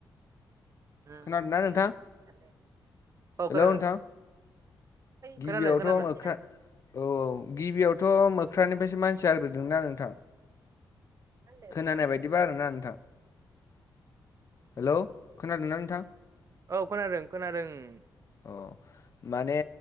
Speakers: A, on the right; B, on the left.
A: <unintelligible>
B: खोनादोंना नोंथां
A: औ
B: हेलौ
A: खोनादों
B: नोंथां
A: खोनादों
B: गिबियावथ'
A: खोनादों
B: मोख्रा औ औ गिबियावथ' मोख्रानिफ्रायसो मानसि जाग्रोदोंना नोंथां
A: <unintelligible>
B: खोनानाय बायदिबा आरोना नोंथां हेलौ खोनादोंना नोंथां
A: औ खोनादों खोनादों उम
B: अ माने